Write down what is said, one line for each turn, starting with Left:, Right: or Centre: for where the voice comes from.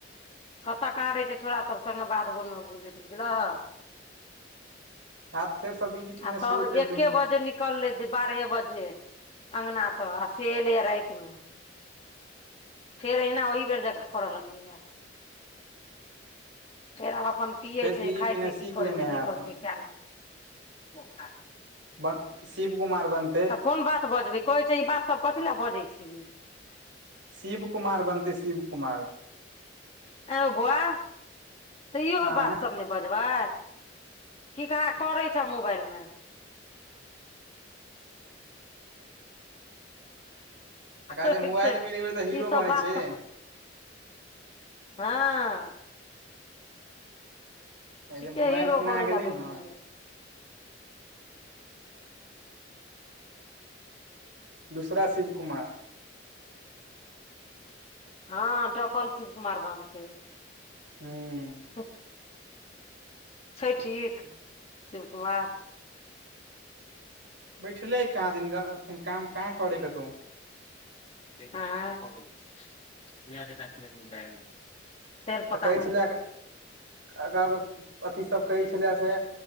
Left: कतऽ कहाँ रहय छैय छोड़ा सब संगे बाध बोन मे बुलैत बुझलहक।
Right: हैत फेरसँ बीड़ी पीना
Left: आ तब
Right: शुरू करि
Left: एके
Right: देने
Left: बजे निक लले बारहे बजे अंगना स आ से एलेैया राइतमे। फेर अहिना ओहि बेर जेका करऽ लगलैया। फेर आब अपन पियै
Right: फेर
Left: छैय,
Right: बीड़ी
Left: खाय
Right: पीना
Left: छैय
Right: सीख
Left: की करै
Right: लेने
Left: छैय
Right: हैत
Left: नै करै छैय किया नय गेलियै बौका।
Right: ब शिव कुमार बन
Left: त कोन बात बजबै कहै छैय इ बात सब कथी लए बजै छिही।
Right: शिब कुमार बनतय शिब कुमार।
Left: ए हौ बौआ त इहो
Right: आँय
Left: बात सब ने बजबै की काहाँ करै छैय मोबाइलमे।
Right: एकरा
Left: कहै
Right: जे मोबाइल
Left: छै
Right: मिल गेलैय त हीरो
Left: ई सब
Right: बनय
Left: बात
Right: छैय।
Left: क हँ। ठीके
Right: जे मोबाइल
Left: हीरो
Right: किना
Left: बनय
Right: गेलै
Left: लए बैठलैये।
Right: ने दूसरा शिव कुमार।
Left: हँ डबल शिवकुमार बनतै।
Right: हूँ।
Left: उ छैय ठीक शिव कुमार।
Right: बैठलेै कहाँ दिन काम कहाँ करेय कतौ।
Left: आँय। तेल
Right: त
Left: पका
Right: कहै
Left: ली
Right: छेला अगर अथि सब कहै छेला से